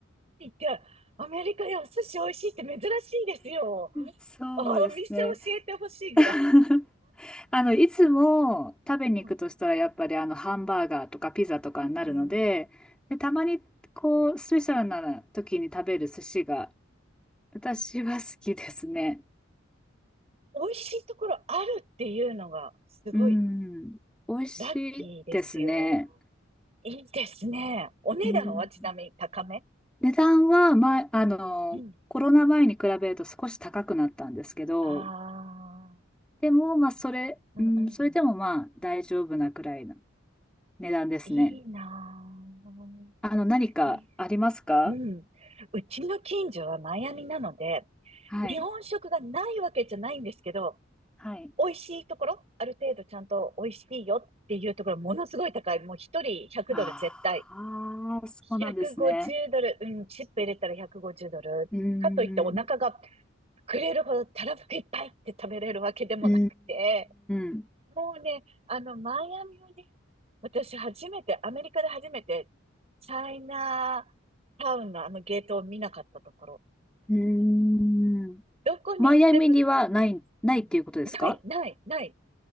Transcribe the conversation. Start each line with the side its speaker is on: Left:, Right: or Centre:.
Right: にってアメリカでお寿司美味しいって珍しいですよ。
Centre: そうですね。
Right: お店教えてほしいぐらい。
Centre: <laughs> あの、いつも食べに行くとしたら、
Right: うん。
Centre: やっぱりあの、ハンバーガーとかピザとかになるので、
Right: うん。
Centre: で、たまに、こう、スペシャルな時に食べる寿司が、私は好きですね。
Right: 美味しいところあるっていうのがすごい
Centre: うん。美味しいですね。
Right: ラッキーですよ。いいですね。お値段はちなみに高め
Centre: うん値段は、ま、あの、
Right: うん。
Centre: コロナ前に比べると少し高くなったんですけど、
Right: ああ、
Centre: でも、まあ、それ、
Right: うんうん。
Centre: うん、それでもまあ、大丈夫なくらいの値段ですね。
Right: いいなぁ
Centre: あの、何かありますか
Right: いうん。うちの近所はマイアミなので、
Centre: はい。
Right: 日本食がないわけじゃないんですけど、
Centre: はい。
Right: 美味しいところ、ある程度ちゃんと美味しいよっていうところ、ものすごい高い。もう一人100ドル絶対。
Centre: ああ、そうなんですね。
Right: 150ドル、うん、チップ入れたら150ドル。
Centre: うーん。
Right: かといってお腹が膨れるほどたらふくいっぱいって食べれるわけでもなくて、
Centre: うーん。
Right: もうね、あの、マイアミをね、私初めて、アメリカで初めて、チャイナタウンのあのゲートを見なかったところ、
Centre: うーん。
Right: どこに行っても、
Centre: マイアミにはない、ないっていうことですか
Right: うんない、ない、ない。